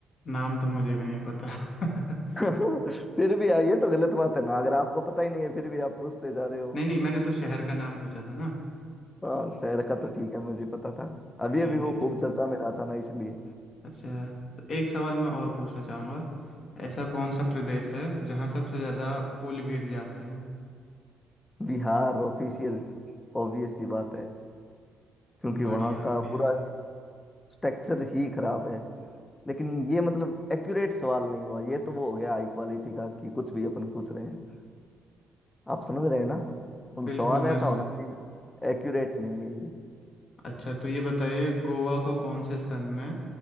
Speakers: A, on the left; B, on the left.
A: नाम तो मुझे भी नहीं पता <laughs>
B: <laughs> फिर भी आ- ये तो गलत बात है ना अगर आपको पता ही नहीं है फिर भी आप पूछते जा रहे हो
A: नहीं नहीं मैंने तो शहर का नाम पूछा था ना
B: हाँ शहर का तो ठीक है मुझे पता था अभी
A: ठीक
B: अभी वो
A: है
B: खूब चर्चा में रहा था ना इसलिए
A: अच्छा तो एक सवाल मैं और पूछना चाहूँगा ऐसा कौन सा प्रदेश है जहाँ सबसे ज़्यादा पुल गिर जाते हैं
B: बिहार ऑफिशियल ऑब्वियस सी बात है क्योंकि
A: बढ़िया
B: वहाँ
A: बढ़िया
B: का पूरा स्ट्रक्चर ही खराब है लेकिन ये मतलब एक्यूरेट सवाल नहीं हुआ ये तो वो हो गया हाई क्वालिटी का कि कुछ भी अपन पूछ रहे हैं आप समझ रहे हैं ना तो
A: बिल्कुल
B: सवाल
A: मैं
B: ऐसा
A: स...
B: होना चाहिए एक्यूरेट नहीं है ये
A: अच्छा तो ये बताइए गोवा को कौन से सन में